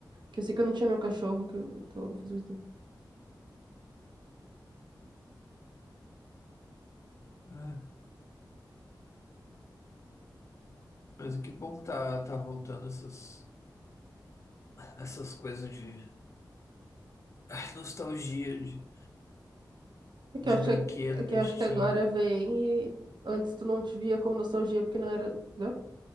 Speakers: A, on the right (about 75°); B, on the left (about 40°).
A: Que eu sei que eu não tinha meu cachorro, que eu tô faz muito tempo.
B: É. Mas que bom que tá, tá voltando essas, essas coisas de ah, nostalgia, de,
A: É que
B: de
A: eu acho
B: brinquedo
A: que, é que
B: que
A: eu
B: a
A: acho
B: gente
A: que
B: tinha.
A: agora vem e antes tu não te via como nostalgia, porque não era, entendeu?